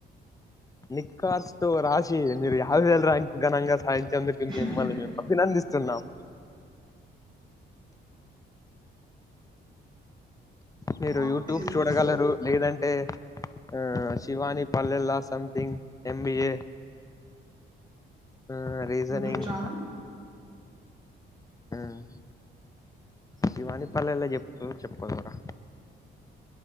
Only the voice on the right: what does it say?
చేసి
వాట్
ఈస్
యూట్యూబ్ ఛానల్